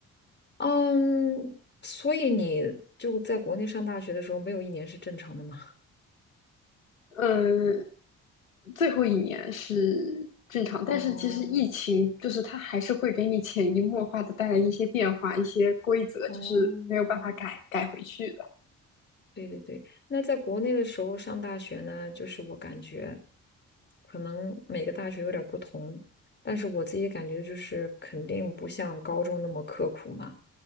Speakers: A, on the left; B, on the left.
A: 嗯，所以你就在国内上大学的时候，没有一年是正常的吗？
B: 嗯，最后一年是正常，
A: <laughs>
B: 但是其实疫情就是它还是会给你潜移默化的带来一些变化，
A: 哦
B: 一些规则，
A: 哦，
B: 就是没有办法改改回去的。
A: 对对对，那在国内的时候上大学呢，就是我感觉可能每个大学有点儿不同，但是我自己感觉就是肯定不像高中那么刻苦嘛，